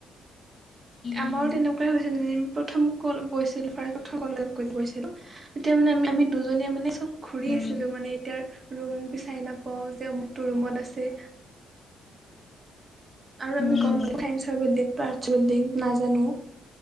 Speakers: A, on the left (about 40°); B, on the right (about 30°).
A: উম
B: আমাৰো তেনেকুৱাই হৈছে নে প্ৰথম ক গৈছিল ফাৰ্ষ্ট প্ৰথম কলেজ গৈ গৈছিলোঁ তেতিয়া মানে আমি, আমি দুজনীয়ে মানে চব ঘুৰি
A: উম
B: আছিলো মানে এতিয়াৰ ৰুম বিচাৰি নাপাও যে অমুক তটো ৰুমত আছে আৰু আমি
A: উম
B: গ'ম প চাইস্নসৰ বিল্ডিং আৰ্টচ বিল্ডিং নাজানোঁ